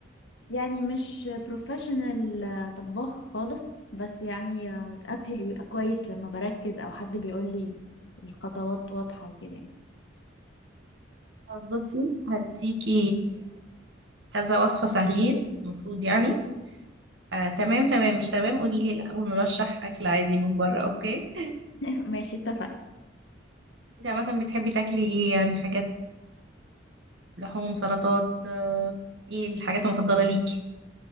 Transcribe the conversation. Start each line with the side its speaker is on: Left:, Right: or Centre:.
Left: يعني مش بروفيشنال طباخ خالص بس يعني آه، اكلي بيبقى كويس لما بركز او حد بيقول لي الخطوات واضحة وكده يعني
Right: خلاص بصي هديكي كذا وصفة سهلين المفروض يعني آه تمام تمام مش تمام قولي لي لا ونرشح اكل عادي من بره اوكي
Left: <laughs> ماشي اتفقنا
Right: انت عامة بتحبي تاكلي ايه يعني حاجات لحوم سلطات آه ايه الحاجات المفضلة ليكي